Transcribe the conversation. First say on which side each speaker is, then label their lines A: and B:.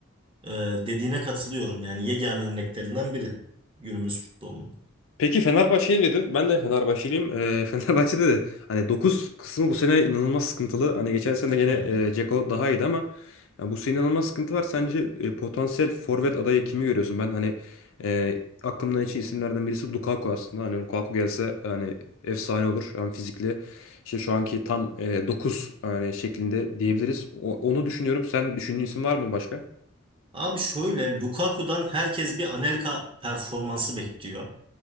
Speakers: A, on the right; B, on the left.
A: Ee, dediğine katılıyorum yani yegane örneklerinden biri günümüz futbolunun.
B: Peki Fenerbahçeliyim dedin. Ben de Fenerbahçeliyim. Ee, <laughs> Fenerbahçe'de de hani 9 kısmı bu sene inanılmaz sıkıntılı. Hani geçen sene gene
A: <laughs> Aynen.
B: e, Dzeko daha iyiydi ama yani bu sene inanılmaz sıkıntı var. Sence e, potansiyel forvet adayı kimi görüyorsun? Ben hani e, aklımdan geçen isimlerden birisi Lukaku aslında. Hani Lukaku gelse hani efsane olur. Hem fizikli işte şu anki tam e, 9 hani şeklinde diyebiliriz. O- onu düşünüyorum. Sen düşündüğün isim var mı başka?
A: Abi şöyle Lukaku'dan herkes bir Anelka performansı bekliyor.